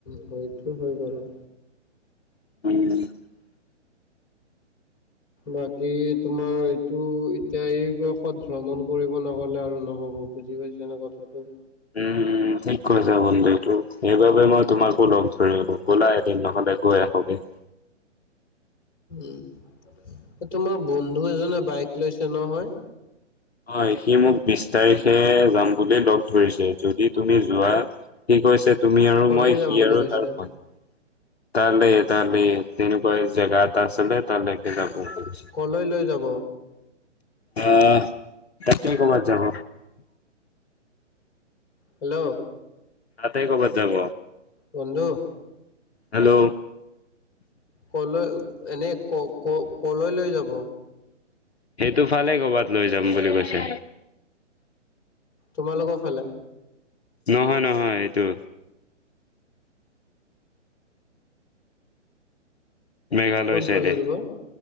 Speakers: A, on the left (about 25°); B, on the left (about 55°).
A: হেইটো হৈ বাৰু।
B: <inaudible>
A: বাকী তোমাৰ এইটো এতিয়া এই বয়সত ভ্ৰমণ কৰিব নগ'লে আৰু নহ অ' বুজি পাইছা নে কথাটো?
B: উম ঠিক কৈছা বন্ধুটো। সেইবাবে মই তোমাকো লগ ধৰিলো ব'লা এদিন নহ'লে গ <unintelligible>
A: উ, অ' তোমাৰ বন্ধু এজনে বাইক লৈছে নহয়।
B: অ' সি মোক বিছ তাৰিখে যাম বুলি লগ ধৰিছে। যদি তুমি যোৱা সি কৈছে তুমি আৰু
A: কলৈ
B: মই
A: যাম
B: সি
A: বুলি
B: আৰু
A: কৈছে?
B: তাৰ ভন তালে, তালে এনেকুৱা জেগা এটা আছিলে তালেকে যাব বুলি কৈছে।
A: ক'লৈ লৈ যাব?
B: আহ কাচেই কবাত যাব।
A: হেল্ল'।
B: ততেই ক'বাত যাব।
A: বন্ধ
B: হেল্ল'।
A: কলৈ এনেই ক-ক কলৈ লৈ যাব।
B: সেইটো ফালে ক'বাত লৈ যাম বুলি কৈছে।
A: তোমালোকৰ ফালে।
B: নহয় নহয় এইটো। মেঘালয়
A: কোনফালে
B: চাইডে
A: তোমাৰ?